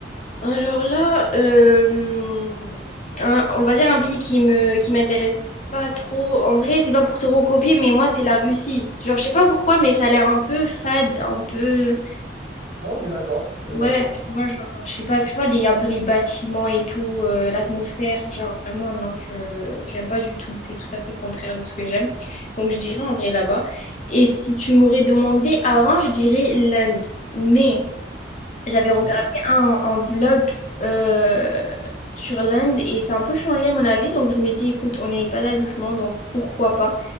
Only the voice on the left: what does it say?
Alors là, euh, un- on va dire un pays qui me, qui m'intéresse pas trop. En vrai, c'est pas pour te recopier, mais moi, c'est la Russie. Genre, je sais pas pourquoi, mais ça a l'air un peu fade, un peu...
Ouais,
tu vois, genre, je sais pas, tu vois, les, un peu les bâtiments et tout, euh, l'atmosphère, genre, vraiment, non, je j'aime pas du tout. C'est tout à fait le contraire de ce que j'aime. Donc, je dirais en vrai là-bas. Et si tu m'aurais demandé avant, je dirais l'Inde. Mais... J'avais
regardé un, un vlog euh, sur l'Inde et ça a un peu changé mon avis. Donc je me dis, écoute, on n'est pas là le jugement, donc pourquoi pas?